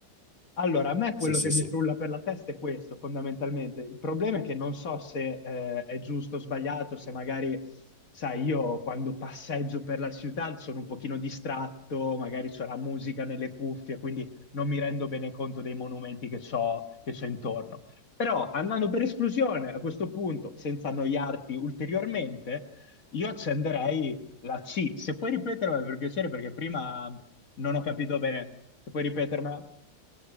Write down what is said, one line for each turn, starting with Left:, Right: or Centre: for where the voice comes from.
Left: Allora, a me quello
Centre: Sì, sì,
Left: che mi
Centre: sì.
Left: frulla per la testa è questo, fondamentalmente. Il problema è che non so se eh, è giusto o sbagliato, se magari, sai, io quando passeggio per la città sono un pochino distratto, magari c'è la musica nelle cuffie, quindi non mi rendo bene conto dei monumenti che c'ho, che c'ho intorno. Però, andando per esclusione, a questo punto, senza annoiarti ulteriormente, io accenderei la C. Se puoi ripetermela per piacere, perché prima non ho capito bene. Se puoi ripetermela.